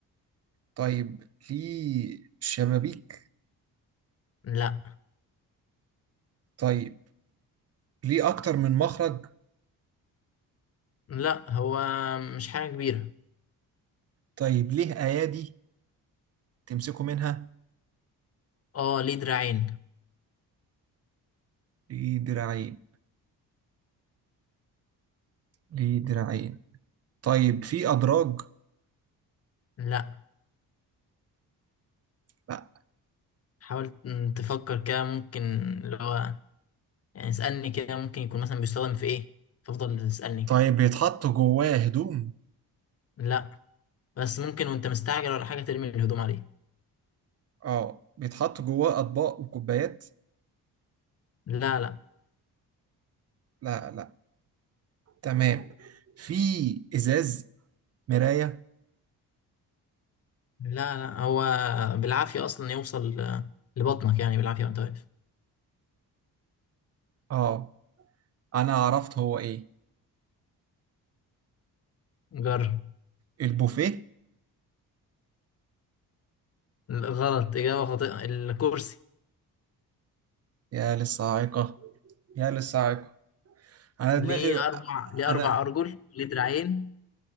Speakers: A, on the right; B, on the left.
A: طيب ليه شبابيك
B: لا
A: طيب ليه اكتر من مخرج
B: لا هو مش حاجة كبيرة
A: طيب ليه ايادي تمسكوا منها
B: اه ليه دراعين
A: ليه دراعين ليه دراعين طيب في أدراج
B: لا
A: لا
B: حاول تفكر كده ممكن اللي هو يعني اسألني كده ممكن يكون مثلا بيستخدم في ايه فافضل تسألني كده
A: طيب بيتحط جواه هدوم
B: لا بس ممكن وانت مستعجل ولا حاجة ترمي الهدوم عليه
A: اه بيتحط جواه أطباق وكوبايات
B: لا لا
A: لا لا تمام في إزاز مراية
B: لا لا هو بالعافية أصلا يوصل ل- لبطنك يعني بالعافية وانت واقف
A: اه أنا عرفت هو إيه
B: جرب
A: البوفيه
B: غلط إجابة خاطئة الكرسي
A: يا للصاعقة يا للصاعقة أنا
B: ليه
A: دماغي
B: أربع ليه
A: أنا
B: أربع أرجل ليه دراعين